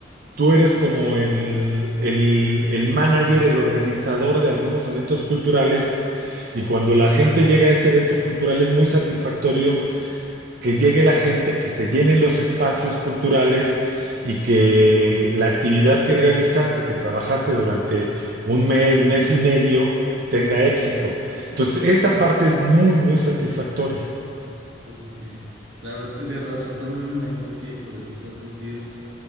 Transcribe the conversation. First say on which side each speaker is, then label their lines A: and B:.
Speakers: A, on the right (about 55°); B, on the right (about 75°).
A: tú eres como el, el, el manager, el organizador de algunos eventos culturales y cuando la gente llega a ese evento cultural es muy satisfactorio que llegue la gente, que se llenen los espacios culturales y que la actividad que realizaste, que trabajaste durante un mes, mes y medio, tenga éxito. Entonces, esa parte es muy, muy satisfactoria.
B: Ok. Claro, de de razón también me imagino que por eso estás metido,